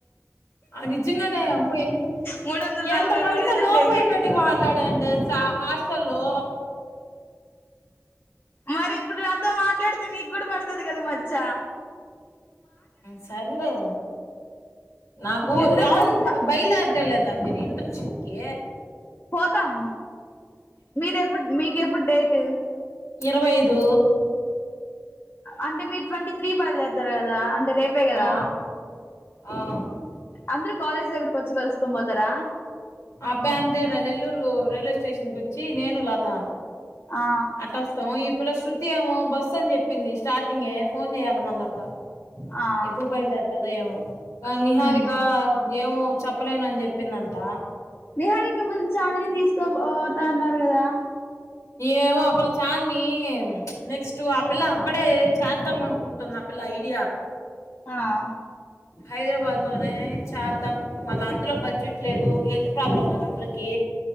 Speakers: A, on the left (about 70°); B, on the left (about 45°).
A: ఆ నిజంగానే అమ్మో ఎన్ని
B: మూడు వందల నలభై
A: ఎంత మందితో
B: పడిందండి
A: నోరు పోయేటట్టుగా
B: ఇంకా ఇప్పుడు
A: మాట్లాడాను తెలుసా ఆ హాస్టల్ లో
B: మరి ఇప్పుడు నాతో మాట్లాడితే నీకు కూడా పడతాయి ఉంటది కద మ చ్చ
A: సర్లే నాకు
B: ఎందుకు
A: అవును
B: మచ్చ
A: బయలుదుర్ధంలేదా మీరు ఇంటర్న్షిప్కి
B: పోతాం మీరు ఎప్పుడు మీకెప్పుడు డేట్
A: ఇరవై అయిదు
B: అంటే మీరు ట్వంటీ స్ీ బదులుతారు కదా అంటే రేపే కదా
A: ఆ ఆ ఆ
B: అందరు కాలేజ్ దగ్గరకి వచ్చి కల్స్ కుబతార
A: ఆ అబ్బాయి అంతేం నెల్లూరు రైల్వే స్టేషన్కి వచ్చి నేను లత
B: ఆ
A: ఆటస్త ఈ ఇప్పుడ శృతి ఏము బస్సు అని చెప్పింది స్టార్టింగే ఫోన్ చేయాల మళ్ళాగా
B: ఆ
A: ఎప్పుడు బయలు దత అదేమో నిహారిక
B: ఉమ్
A: ఏమో చెప్పలేన అని చెప్పిందంట
B: నిహారికపో చానిని తీసుకో స్త అన్నారు కదా
A: ఏమో ఆ పిల్ల చాని నెక్స్ట్ ఆ పిల్ల అక్కడే చేద్దాం అనుకుంటుంది ఆ పిల్ల ఐడియా
B: ఆ
A: హైదరాబాద్ లోనే చేద్దాము మళ్ళా అందులో బడ్జెట్ లేదు హెల్త్ ప్రాబ్లం కదా అప్పలకి